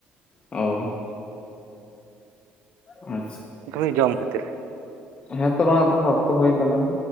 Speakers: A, on the left; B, on the right.
A: ᱚ ᱟᱪᱷᱟ
B: <unintelligible> ᱡᱚᱢ ᱠᱷᱟᱹᱛᱤᱨ
A: ᱦᱮᱸ ᱛᱚ ᱢᱟ ᱛᱟᱞᱦᱮ ᱚᱠᱛᱚ ᱦᱳᱭ ᱮᱱ ᱛᱟᱞᱟᱝᱼᱟ